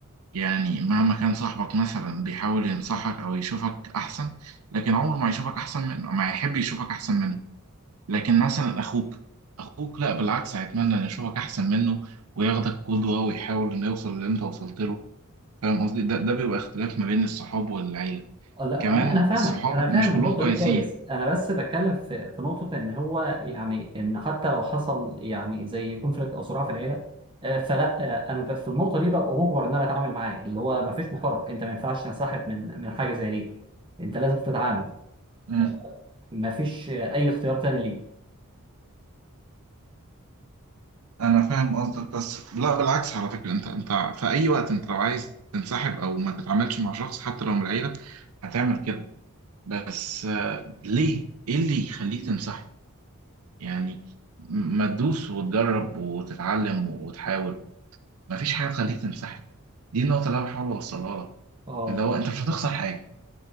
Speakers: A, on the right (about 80°); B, on the right (about 20°).
A: يعني مهما كان صاحبك مثلا بيحاول ينصحك او يشوفك احسن لكن عمره ما يشوفك احسن منه ما يحب يشوفك احسن منه لكن مثلا اخوك اخوك لا بالعكس هيتمنى ان يشوفك احسن منه وياخدك قدوة ويحاول انه يوصل اللي انت وصلت له فاهم قصدي ده ده بيبقى اختلاف ما بين الصحاب والعيلة
B: اه لا
A: كمان
B: لا انا فاهمك
A: الصحاب
B: انا فاهم
A: مش كلهم
B: النقطه
A: كويسين
B: دي كويس انا بس بتكلم في في نقطه ان هو يعني ان حتى لو حصل يعني زي كونفليكت او صراع في العيله آه، فلا آه، انا ب- في النقطه دي ببقى مجبر ان انا اتعامل معاه اللي هو ما فيش محارب انت ما ينفعش تنسحب من من حاجه زي دي انت لازم تتعامل
A: مم.
B: آه، ما فيش آه، اي اختيار تاني ليك
A: انا فاهم قصدك بس لا بالعكس على فكرة انت انت في اي وقت انت لو عايز تنسحب او ما تتعاملش مع شخص حتى لو من العيلة هتعمل كده بس آه، ليه؟ ايه اللي يخليك تمسحه؟ يعني م- ما تدوس وتجرب وتتعلم وتحاول مفيش حاجة تخليك تمسحه دي النقطة اللي أنا بحاول أوصلها لك
B: اه
A: اللي هو أنت مش هتخسر حاجة